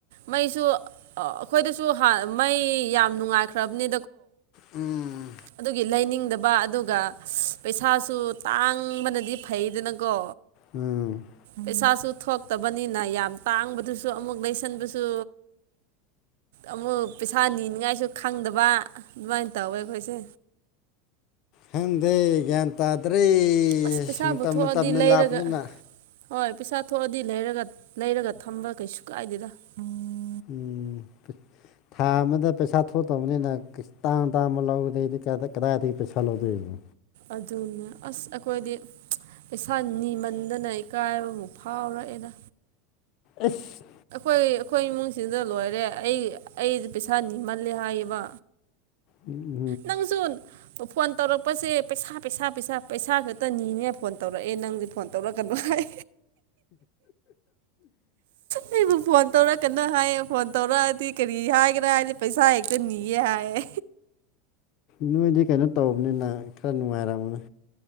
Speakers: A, on the right; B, on the left.
A: ꯃꯩꯁꯨ ꯑꯩꯈꯣꯏꯗꯁꯨ ꯃꯩ ꯌꯥꯝ ꯅꯨꯡꯉꯥꯏꯈ꯭ꯔꯕꯅꯤ
B: ꯎꯝ
A: ꯑꯗꯨ ꯂ ꯪꯗꯕ ꯑꯗꯨꯒ ꯄꯩꯁꯥꯁꯨ ꯇꯥꯡꯕꯅꯗꯤ ꯐꯩꯗꯅꯀꯣ
B: ꯎꯝ
A: ꯄꯩꯁꯥꯁꯨ ꯊꯣꯛꯇꯕꯅꯤꯅ ꯌꯥꯝ ꯇꯥꯡꯕꯗꯨꯁꯨ ꯑꯃꯨꯛ ꯂꯩꯁꯟꯕꯁꯨ ꯑꯃꯨꯛ ꯄꯩꯁꯥ ꯅꯤꯅꯤꯡꯉꯥꯏꯁꯨ ꯈꯪꯗꯕ ꯑꯗꯨꯃꯥꯏꯅ ꯇꯧꯋꯦ ꯑꯩꯈꯣꯏꯁꯦ
B: ꯍꯪꯗꯦ ꯒ꯭ꯌꯥꯟ ꯇꯥꯗ꯭ꯔꯦ
A: ꯑꯁ
B: ꯃꯇꯝ
A: ꯄꯩꯁꯥꯕꯨ
B: ꯃꯇꯝ
A: ꯊꯣꯛꯑꯗꯤ
B: ꯃꯇꯝꯅ
A: ꯂꯩꯔꯒ
B: ꯂꯥꯛꯞꯄꯅꯤꯅ
A: ꯍꯣꯏ ꯄꯩꯁꯥ ꯊꯣꯛꯑꯗꯤ ꯂꯩꯔꯒ ꯂꯩꯔꯒ ꯊꯝꯕ ꯀꯩꯁꯨ ꯀꯥꯏꯗꯦꯗ ꯎꯝ
B: ꯎꯝ ꯊꯥ ꯑꯃꯗ ꯄꯩꯁꯥ ꯊꯣꯛꯇꯕꯅꯤꯅ ꯇꯥꯡ ꯇꯥꯕ ꯂꯧꯗꯣꯏꯗꯤ ꯀꯗꯥꯏꯗꯒꯤ ꯄꯩꯁꯥ ꯂꯧꯗꯣꯏꯅꯣ
A: ꯑꯗꯨꯅꯦ ꯑꯁ ꯑꯩꯈꯣꯏꯗꯤ ꯏꯁꯥ ꯅꯤꯃꯟꯗꯅ ꯏꯀꯥꯏꯕꯕꯨ ꯐꯥꯎꯔꯛꯑꯦꯅ
B: ꯑꯁ
A: ꯑꯩꯈꯣꯏ ꯑꯩꯈꯣꯏ ꯏꯃꯨꯡꯁꯤꯡꯗ ꯂꯣꯏꯔꯦ ꯑꯩ ꯑꯩꯁ ꯄꯩꯁꯥ ꯅꯤꯃꯜꯂꯦ ꯍꯥꯏꯌꯦꯕ
B: ꯎꯝ ꯎꯝ
A: ꯅꯪꯁꯨ ꯐꯣꯟ ꯇꯧꯔꯛꯄꯁꯦ ꯄꯩꯁꯥ ꯄꯩꯁꯥ ꯄꯩꯁꯥ ꯄꯩꯁꯥ ꯈꯛꯇꯅꯤꯅꯦ ꯐꯣꯟ ꯇꯧꯔꯛꯑꯦ ꯅꯪꯗꯤ ꯐꯣꯟ ꯇꯧꯔꯛꯀꯗ꯭ꯔꯣ ꯍꯥꯏ ꯑꯩꯕꯨ ꯐꯣꯟ ꯇꯧꯔ ꯀꯟꯅ ꯍꯥꯏꯌꯦ ꯐꯣꯟ ꯇꯧꯔꯛꯑꯗꯤ ꯀꯔꯤ ꯍꯥꯏꯒꯦ꯭ꯔꯥ ꯍꯥꯏꯗꯤꯦ ꯄꯩꯁꯥ ꯍꯛꯇꯅꯤꯌꯦꯦ ꯍꯥꯏꯌꯦ
B: ꯅꯣꯏꯗꯤ ꯀꯩꯅꯣ ꯇꯧꯕꯅꯤꯅ ꯈꯔ ꯅꯨꯡꯉꯥꯏꯔꯑꯝꯕꯅꯦ